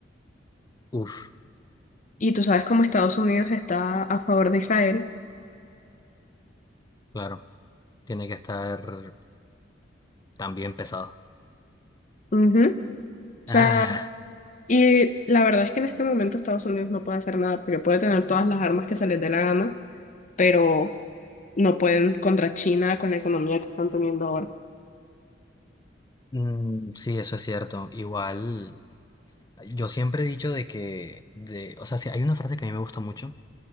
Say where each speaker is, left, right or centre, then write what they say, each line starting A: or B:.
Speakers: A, on the left; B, on the left.
A: Uf,
B: Y tú sabes cómo Estados Unidos está a favor de Israel.
A: claro. Tiene que estar también pesado.
B: Ujú. O sea,
A: Ah,
B: y la verdad es que en este momento Estados Unidos no puede hacer nada, porque puede tener todas las armas que se les dé la gana, pero no pueden contra China con la economía que están teniendo ahora.
A: mm, sí, eso es cierto. Igual, yo siempre he dicho de que, de, o sea, sí, hay una frase que a mí me gustó mucho,